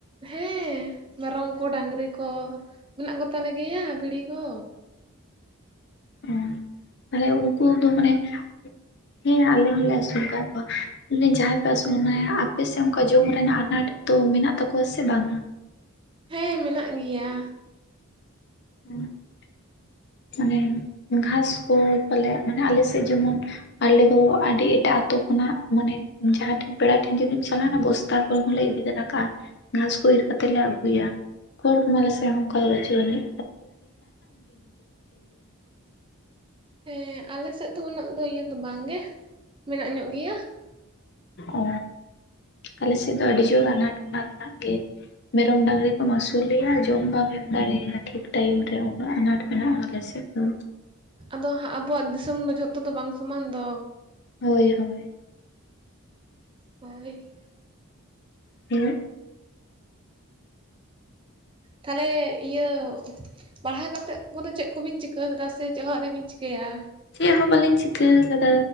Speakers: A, on the right; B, on the left.
A: ᱦᱮᱸ ᱢᱮᱨᱚᱢ ᱠᱚ ᱰᱟᱝᱨᱤ ᱠᱚ ᱢᱮᱱᱟᱜ ᱠᱚ ᱛᱟᱞᱮ ᱜᱮᱭᱟ ᱵᱷᱤᱲᱤ ᱠᱚ᱾
B: ᱚ ᱛᱟᱦᱞᱮ ᱩᱱᱠᱩ ᱫᱚ ᱢᱟᱱᱮ ᱦᱮᱸ ᱟᱞᱮ ᱦᱚᱸᱞᱮ ᱟᱹᱥᱩᱞ ᱠᱟᱜ ᱠᱚᱣᱟ᱾ ᱢᱮᱫᱟᱧ <unintelligible> ᱡᱟᱦᱟᱸᱭ ᱯᱮ ᱟᱹᱥᱩᱞ ᱢᱟᱱᱮ ᱟᱯᱮ ᱥᱮᱫ ᱚᱱᱠᱟ ᱡᱚᱢ ᱨᱮᱱᱟᱜ ᱟᱱᱟᱴ ᱫᱚ ᱢᱮᱱᱟᱜ ᱛᱟᱠᱚᱣᱟ ᱥᱮ ᱵᱟᱝ-ᱟ?
A: ᱦᱮᱸ ᱢᱮᱱᱟᱜ ᱜᱮᱭᱟ᱾
B: ᱮ ᱦᱮᱜ᱾ <unintelligible> ᱢᱟᱱᱮ ᱜᱷᱟᱥ ᱠᱚ ᱯᱟᱞᱮ ᱢᱟᱱᱮ ᱟᱞᱮ ᱥᱮᱫ ᱡᱮᱢᱚᱱ ᱟᱞᱮ ᱫᱚ ᱟᱰᱤ ᱮᱴᱟᱜ ᱟᱛᱳ ᱠᱷᱚᱱᱟᱜ ᱢᱟᱱᱮ ᱡᱟᱦᱟᱸ ᱴᱷᱮᱱ ᱯᱮᱲᱟ ᱴᱷᱮᱱ ᱡᱩᱫᱤᱢ ᱪᱟᱞᱟᱣᱱᱟ ᱵᱳᱥ ᱛᱟ ᱠᱚ ᱠᱚᱞᱮ ᱤᱫᱤ ᱛᱟᱨᱟ ᱠᱟᱜᱼᱟ ᱜᱷᱟᱥ ᱠᱚ ᱤᱨ ᱠᱟᱛᱮ ᱞᱮ ᱟᱹᱜᱩᱭᱟ᱾ ᱠᱷᱚᱲ ᱠᱚ ᱢᱟ ᱟᱞᱮ ᱥᱮᱱ ᱦᱚᱸ ᱚᱱᱠᱟ ᱫᱚ ᱵᱟᱹᱪᱩᱜ ᱟᱹᱱᱤᱡ᱾
A: ᱦᱮᱸ ᱟᱞᱮ ᱥᱮᱫ ᱫᱚ ᱩᱱᱟᱹᱜ ᱫᱚ ᱤᱭᱟᱹ ᱫᱚ ᱵᱟᱝ ᱜᱮ ᱢᱮᱱᱟᱜ ᱧᱚᱜ ᱜᱮᱭᱟ᱾
B: ᱚ ᱟᱞᱮ ᱥᱮᱫ ᱫᱚ ᱟᱹᱰᱤ ᱡᱳᱨ ᱟᱱᱟᱴ ᱚᱱᱟ ᱨᱮᱱᱟᱜ ᱜᱮ᱾ ᱢᱮᱨᱚᱢ ᱰᱟᱝᱨᱤ ᱠᱚᱢ ᱟᱹᱥᱩᱞᱮᱭᱟ ᱡᱚᱢ ᱵᱟᱢ ᱮᱢ ᱫᱟᱲᱮᱣᱟᱭᱟ ᱴᱷᱤᱠ ᱴᱟᱭᱤᱢ ᱨᱮ ᱩᱱᱟᱹᱜ ᱟᱱᱟᱴ ᱢᱮᱱᱟᱜᱼᱟ ᱟᱞᱮᱼᱼ <unintelligible>
A: ᱟᱫᱚ ᱟᱵᱚᱣᱟᱜ ᱫᱤᱥᱚᱢ ᱫᱚ ᱡᱷᱚᱛᱚ ᱫᱚ ᱵᱟᱝ ᱥᱚᱢᱟᱱ ᱫᱚ᱾
B: ᱦᱳᱭ ᱦᱳᱭ᱾
A: ᱦᱳᱭ᱾
B: ᱦᱮᱸ᱾
A: ᱛᱟᱦᱞᱮ ᱤᱭᱟᱹ ᱯᱟᱲᱦᱟᱣ ᱠᱟᱛᱮᱫ ᱠᱩᱫᱚ ᱪᱮᱫ ᱠᱚ ᱵᱤᱱ ᱪᱤᱠᱟᱹ ᱠᱟᱫᱟ ᱥᱮ ᱪᱮᱫ ᱦᱚᱸ ᱟᱣᱨᱤᱵᱤᱱ ᱪᱤᱠᱟᱹᱭᱟ?
B: ᱪᱮᱫ ᱦᱚᱸ ᱵᱟᱞᱤᱧ ᱪᱤᱠᱟᱹ ᱟᱠᱟᱫᱟ